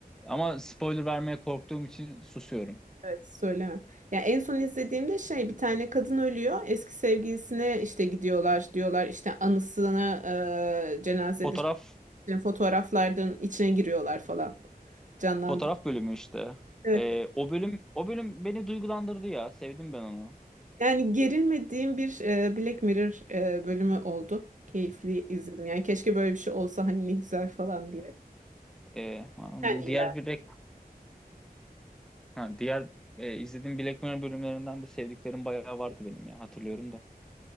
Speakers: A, in the centre; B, on the right (about 50°).
A: ama spoiler vermeye korktuğum için susuyorum.
B: Evet söyleme. Ya en son izlediğimde şey bir tane kadın ölüyor. Eski sevgilisine işte gidiyorlar diyorlar işte anısına e, cenazede
A: Fotoğraf
B: işte fotoğraflardan içine giriyorlar falan. Canlandı.
A: fotoğraf bölümü işte.
B: Evet.
A: Ee, o bölüm o bölüm beni duygulandırdı ya. Sevdim ben onu.
B: Yani gerilmediğim bir e, Black Mirror e, bölümü oldu. Keyifli izledim. Yani keşke böyle bir şey olsa hani ne güzel falan diye.
A: Ee, anladım.
B: Yani iler.
A: Diğer bilek ha, diğer e, izlediğim Black Mirror bölümlerinden de sevdiklerim bayağı vardı benim ya hatırlıyorum da.